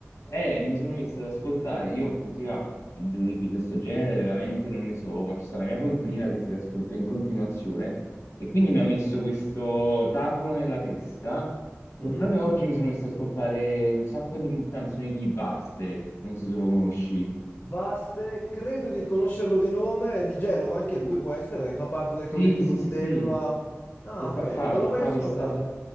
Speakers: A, on the left; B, on the left.
A: eh, mi sono messo ad ascoltare, io considero di, di questo genere veramente non ne so, ma ci sta la mia coinquilina che si riascolta in continuazione e quindi mi ha messo questo tarlo nella testa e
B: Mhm.
A: proprio oggi mi sono messo ad ascoltare un sacco di canzoni di Vazte, non so se lo conosci.
B: Vaste, credo di conoscerlo di nome, è di Genova, anche lui può essere, fa parte del
A: Sì,
B: collettivo
A: sì, sì,
B: di Tedua.
A: sì.
B: Ah,
A: E fa,
B: ok,
A: fa-
B: non l'ho mai
A: fa
B: ascoltato.
A: questa... ca-